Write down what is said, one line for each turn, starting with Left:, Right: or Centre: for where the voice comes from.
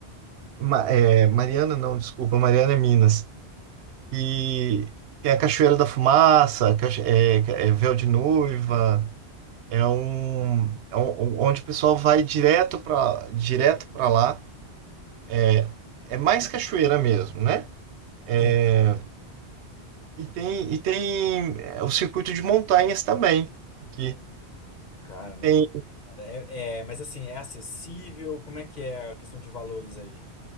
Right: Ma- é, Mariana, não, desculpa, Mariana é Minas. E tem a Cachoeira da Fumaça, Cacho- é, ca- é Véu de Noiva. É um, é um, onde o pessoal vai direto para direto para lá É, é mais cachoeira mesmo, né? É,
Left: Sim, sim.
Right: e tem, e tem é, o circuito de montanhas também. Aqui.
Left: Cara, não
Right: Tem,
Left: conheço nada. É, é, mas assim, é acessível? Como é que é a questão de valores aí?